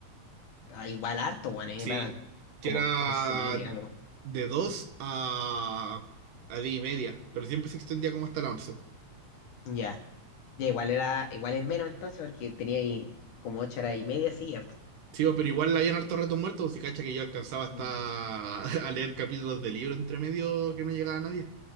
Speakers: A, on the left; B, on the right.
A: Ah, Igual harto, weón, a mí
B: Sí,
A: me pagan
B: que
A: como
B: era
A: once mil y algo.
B: de 2 a, a 10 y media, pero siempre se extendía como hasta las once
A: Ya, ya, igual era, igual es menos entonces porque tenía ahí como ocho horas y media seguidas. pues.
B: Sí, bo, pero igual habían hartos ratos muertos, si cacha que yo alcanzaba hasta
A: Mm.
B: <laughs> a leer capítulos de libro entre medio que no llegaba nadie.